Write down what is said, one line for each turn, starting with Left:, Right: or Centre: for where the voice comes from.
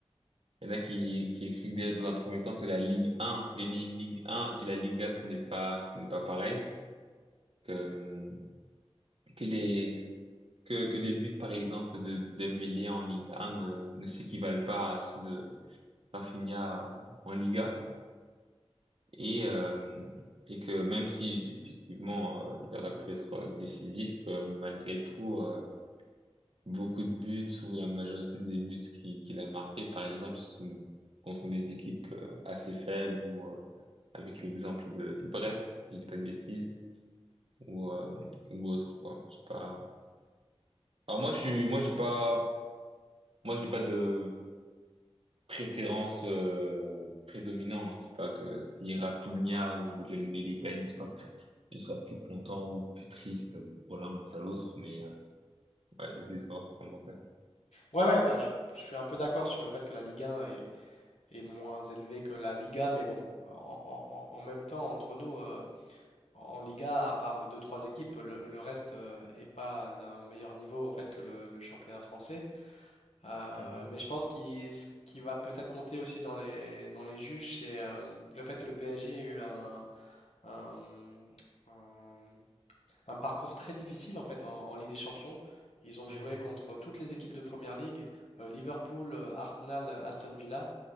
Right: il y en a qui, qui expliquent déjà dans un premier temps que la Ligue 1, gagner une Ligue 1 et la Liga, ce n'est pas, ce n'est pas pareil, que, euh, que les, que, que les buts, par exemple, de Dembélé en Ligue 1 ne, ne s'équivalent pas à ceux de Rafinha en Liga, et, euh, et que même si, effectivement, euh, il aurait pu être décisif, que malgré tout, euh, beaucoup de buts ou la majorité des buts qui- qu'il a marqués, par exemple, ce sont contre des équipes euh, assez faibles ou euh, avec l'exemple de, de Brest, si je dis pas de bêtises, ou, euh, ou autre, quoi. Je sais pas. Alors moi, je suis, moi, j'ai pas, moi, j'ai pas de préférence euh, prédominante. C'est pas que si Rafinha ou Dembélé gagne, je serai, je serai plus content ou plus triste pour l'un ou pour l'autre, mais euh, ouais, je voulais savoir ce que t'en pensais.
Left: Ouais, ouais, bah, je, je suis un peu d'accord sur le fait que la Ligue 1 est, est moins élevé que la Liga, mais bon, en, en- en même temps, entre nous, euh, en Liga, à part deux, trois équipes, le, le reste euh, est pas d'un meilleur niveau en fait que le, le championnat français. Euh,
Right: Mhm.
Left: mais je pense qu'il, ce qui va peut-être compter aussi dans les, dans les juges, c'est euh, le fait que le PSG a eu un, un- un- un parcours très difficile en fait en, en Ligue des Champions. Ils ont
Right: Mhm.
Left: joué contre toutes les équipes de Première Ligue, euh, Liverpool, euh, Arsenal, euh, Aston Villa.